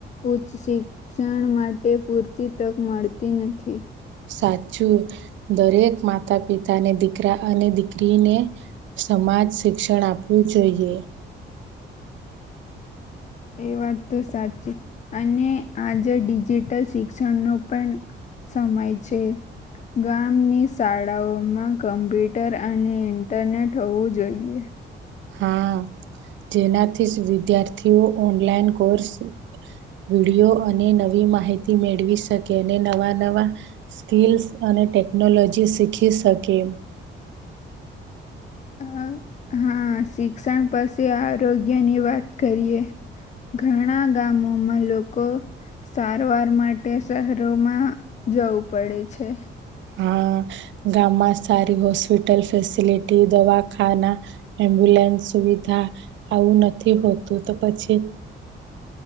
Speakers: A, on the left; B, on the right.
A: ઉચ્ચ શિક્ષણ માટે પૂરતી તક મળતી નથી.
B: સાચું દરેક માતા પિતાને દીકરા અને દીકરીને સમાજ શિક્ષણ આપવું જોઈએ.
A: એ વાત તો સાચી અને આજે ડિજિટલ શિક્ષણનો પણ સમય છે. ગામની શાળાઓમાં કમ્પ્યુટર અને ઇન્ટરનેટ હોવું જોઈએ.
B: હા જેનાથી જ વિદ્યાર્થીઓ ઓનલાઈન કોર્સ વિડીયો અને નવી માહિતી મેળવી શકે અને નવા નવા સ્કીલ્સ અને ટેક્નોલોજી શીખી શકે.
A: અહ હા શિક્ષણ પસી આરોગ્ય ની વાત કરીએ. ઘણા ગામોમાં લોકો સારવાર માટે શહેરોમાં જવું પડે છે.
B: હા, ગામમા સારી હોસ્પિટલ ફેસિલટી દવાખાના એમ્બુ લાસ સુવિધા આવું નથી, હોતુ તો પછી